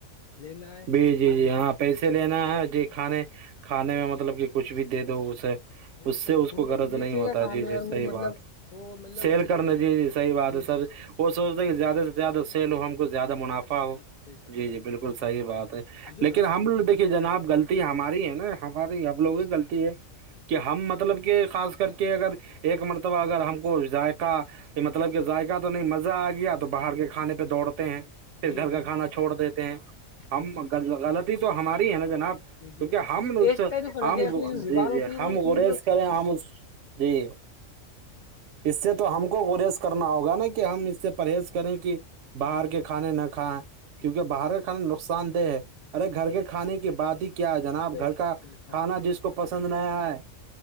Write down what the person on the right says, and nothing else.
جی جی
جی یہاں
پیسے لینا ہے جی کھانے کھانے میں مطلب کہ کچھ بھی دے دو اسے
اس سے
اس
کو غرض
نہیں ہوتا
جی
جی
صحیح
بات
سیل
کرنا جی جی صحیح بات
ہے سر
وہ سوچتا کہ زیادہ سے زیادہ سیل ہو ہم کو زیادہ منافع ہو
جی
جی
بالکل
حیح بات ہے
لیکن
ہم ل دیکھیے جناب
غلط لطی ہماری ہے نا ہماری ہمب لوگوں کی غلط ہے کہ ہم مطلب کہ خاص کر کے اگر ایک مرتبہ اگر ہم کو ذائقہ کہ مطلب کہ ذائقہ تو نہیں مزہ آ گیا تو باہر کے کھانے پہ دوڑتے ہیں پھر
گھر کا
کھانا
چھوڑ دیتے ہیں ہم
غلطی تو ہماری ہے نا جناب کیونکہ
ہم لوگ
تو
ہم
جی جی
ہم
گریز
کریں
ہم جی اس سے تو ہم کو گریز کرنا ہوگا نا کہ ہم اس سے پرہیز کریں کہ
باہر کے کھانے نہ کھائیں کیونکہ باہر
کے
کھانے لوگ نقصان دہ ہے ارے گھر کے کھانے کی بات ہی کیا ہے جناب
گھر
کا
کھانا جس کو پسند نہیں آئے